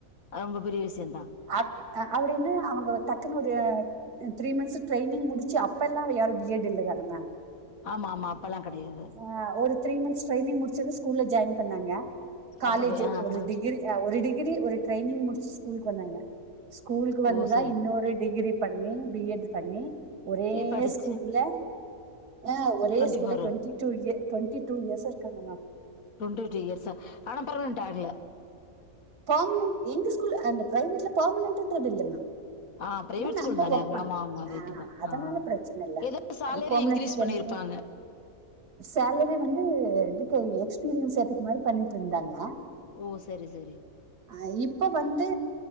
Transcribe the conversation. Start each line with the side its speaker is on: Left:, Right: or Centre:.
Left: அவங்க பெரிய விஷயோதா
Right: அக் அப்டின்னு அவங்க டக்குன்னு ஒரு ம் த்ரீ மந்த்ஸ் ட்ரைனிங் முடிச்சு அப்ப எல்லா யாரு பி எட் இல்ல தானே மேம்
Left: ஆமா ஆமா அப்பெல்லா கெடையாது
Right: ஆ ஒரு த்ரீ மந்த்ஸ் ட்ரைனிங் முடிச்சது ஸ்கூல்ல ஜாயின் பண்ணாங்க காலேஜ்
Left: அப்பவே ஆ
Right: ஒரு
Left: ஆ
Right: டிகிரி அ ஒரு டிகிரி ஒரு ட்ரைனிங் முடிச்சு ஸ்கூலுக்கு வந்தாங்க ஸ்கூலுக்கு வந்துதா
Left: ஓ சரி
Right: இன்னொரு டிகிரி பண்ணி பி எட் பண்ணி ஒரே
Left: படிச்சு
Right: ஸ்கூல்ல ஆ ஒரே
Left: டுவெண்டி
Right: ஸ்கூல்ல
Left: ஃபோர்
Right: டொண்டி டூ இய டெண்டி டூ இயர்ஸா இருக்காங்கங்க
Left: டுவெண்டி டூ இயர்ஸா ஆனா பெர்மனன்ட் ஆகல
Right: பர்மனன்ட் எங்க ஸ்கூல் அந்த பிரைவேட்ல பர்மனன்டுன்றது இல்ல மேம்
Left: ஆ பிரைவேட்
Right: இது
Left: ஸ்கூல்
Right: நம்ம
Left: தான
Right: ஒர்க்
Left: அது
Right: பண்ண
Left: ஆமா ஆமா ரைட்டுதா
Right: அதனால
Left: ஆ
Right: பிரச்சன இல்ல
Left: எதோ சாலரி
Right: அது பெர்மனன்ட்
Left: இன்கிரீஸ் பண்ணிருப் பாங்க
Right: சேலரி வந்து இதுக்கு எக்ஸ்பீரியன்ஸ் ஏத்துக்கு மாரி பண்ணிட்டு இருந்தாங்க
Left: ஓ சரி சரி
Right: அ இப்ப வந்து